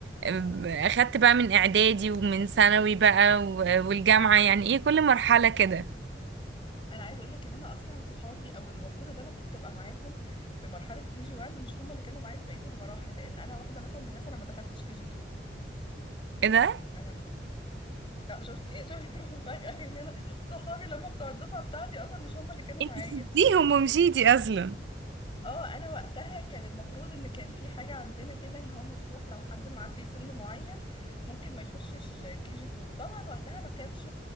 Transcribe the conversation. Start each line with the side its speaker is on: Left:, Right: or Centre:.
Right: أم، اخدت بقى من اعدادي ومن ثانوي بقى و- والجامعة يعني ايه كل مرحلة كده
Left: انا عايز اقول لك ان انا اصلا صحابي او المفروض اللي انا كنت ابقى معاهم في مرحله كي جي 1 مش هم اللي كانوا معايا في بقيه المراحل لان انا واحده مثلا من الناس انا ما دخلتش كي جي 2
Right: ايه ده
Left: انا آه شفتي شفتي <laughs> مفاجاه ان انا صحابي لما بتوع الدفعه بتاعتي اصلا مش هم اللي كانوا
Right: انت
Left: معايا
Right: سبتيهم ومشيتي اصلا
Left: اه انا وقتها كان المفروض ان كان في حاجة عندنا كده ان هو مفتوح لو حد معدي سن معين ممكن ما يخشش كي جي 2 طبعا وقتها ما كانش